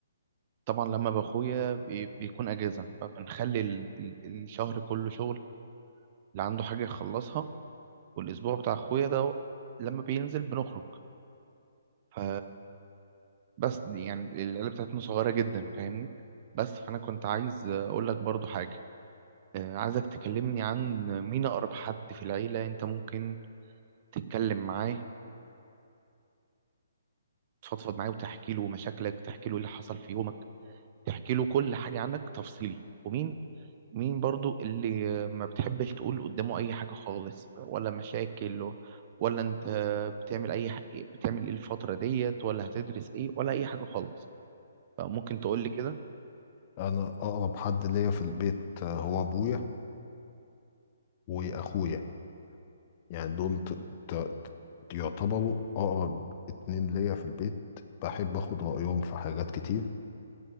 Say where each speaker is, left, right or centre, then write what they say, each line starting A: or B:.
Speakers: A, on the right (about 30°); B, on the left (about 30°).
A: طبعا لما بأخويا بي- بيكون أجازة فبنخلي ال- ال- الشهر كله شغل اللي عنده حاجة يخلصها والأسبوع بتاع أخويا ده لما بينزل بنخرج ف بس دي يعني العيله بتاعتنا صغيره جدا فاهمني بس فانا كنت عايز اقول لك برضو حاجه آه، عايزك تكلمني عن مين اقرب حد في العيله انت ممكن تتكلم معاه تفضفض معاه وتحكي له مشاكلك تحكي له إيه اللي حصل في يومك تحكي له كل حاجه عنك تفصيلي ومين مين برضو اللي آه، ما بتحبش تقول قدامه اي حاجه خالص ولا مشاكل ولا انت بتعمل اي حاجه بتعمل ايه الفتره ديت ولا هتدرس ايه ولا اي حاجه خالص فممكن تقول لي كده
B: انا اقرب حد ليا في البيت آه، هو ابويا واخويا يعني دول ت... ت... ت- يعتبروا أقرب اتنين ليا في البيت بحب أخد رأيهم في حاجات كتير